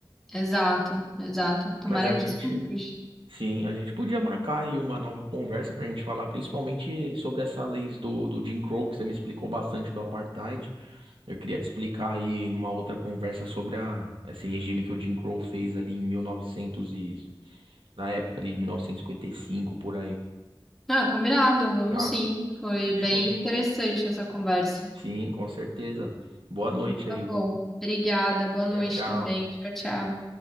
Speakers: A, in the centre; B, on the right.
A: Exato, exato. Tomara
B: Mas a
A: que
B: gente,
A: isso mude.
B: sim, a gente podia marcar aí uma nova conversa pra gente falar, principalmente sobre essa lei do, do Jim Crow, que você me explicou bastante do apartheid. Eu queria te explicar aí numa outra conversa sobre a, esse regime que o Jim Crow fez ali em 1900 e, novecentos e, na época ali de mil novecentos e e cinquenta e cinco por aí,
A: Ah, combinado, vamos
B: tá?
A: sim. Foi
B: Fechou.
A: bem interessante essa conversa.
B: Sim, com certeza. Boa noite
A: Tá
B: aí,
A: bom.
B: viu?
A: Obrigada, boa
B: Tchau,
A: noite
B: tchau.
A: também. Tchau, tchau.